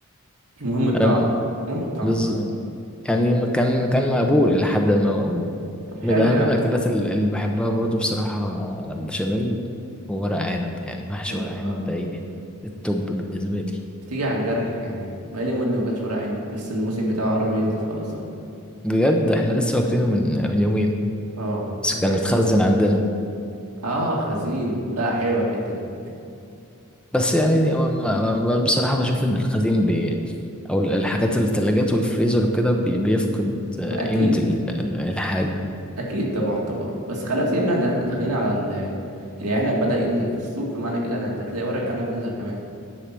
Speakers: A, on the right; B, in the centre.
A: المهم الطعم
B: انا
A: المهم الطعم
B: بز... يعني كان كان مقبول إلى حد ما مقبول
A: طب حلو
B: من أهم
A: يا عم
B: الأكلات ال- اللي بحبها برضو بصراحة البشاميل وورق عنب يعني محشي
A: يا نهار
B: ورق عنب
A: أبيض
B: ده إيه التوب بالنسبة لي
A: بتيجي على الجرح يعني بقالي مدة ما اكلتش ورق عنب لسه الموسم بتاعه قرب ينزل خلاص اهو
B: بجد إحنا لسه واكلينه من من يومين
A: اه
B: بس
A: هنا
B: كان متخزن عندنا
A: اه خزين لا حلوة الحتة دي
B: بس يعني هو ما- ما- ما- بصراحة بشوف إن الخزين بي أو الحاجات التلاجات والفريزر وكده بي- بيفقد
A: <laughs> ما اكيد
B: قيمة ال- ال- الحاجة
A: اكيد طبعا طبعا بس خلاص يا ابني احنا إحنا داخلين على ال- العنب بدأ ينزل في السوق فمعنى كده ان انت هتلاقي ورق عنب نزل كمان